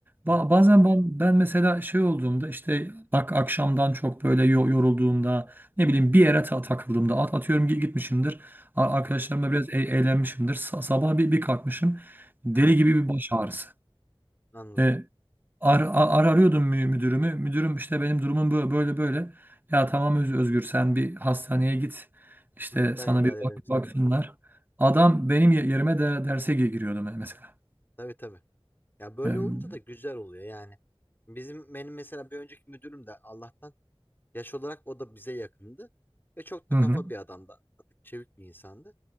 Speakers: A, on the left; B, on the right.
A: Hı
B: Ba-
A: hı,
B: Bazen ben, ben mesela şey olduğumda işte bak akşamdan çok böyle yo- yorulduğumda ne bileyim bir yere ta takıldığımda at atıyorum gi- gitmişimdir. A- Arkadaşlarımla
A: hı hı.
B: biraz e- eğlenmişimdir. Sa- sabah bir, bir kalkmışım. Deli
A: Evet
B: gibi bir baş ağrısı.
A: anladım.
B: E, ar ar- arıyordum mü müdürümü. Müdürüm işte benim durumum bö- böyle böyle. Ya tamam Öz- Özgür sen bir hastaneye git. İşte
A: Hı hı,
B: sana
A: Ben idare
B: bir
A: ederim
B: bak
A: sınıfını.
B: baksınlar. Adam benim ye- yerime de derse gi- giriyordu me- mesela.
A: Tabii tabii. Ya böyle
B: E, hı
A: olunca da güzel oluyor yani. Bizim benim mesela bir önceki müdürüm de Allah'tan Yaş olarak o da bize yakındı. Ve çok
B: hı,
A: da kafa bir adamdı. Atık çevik bir insandı.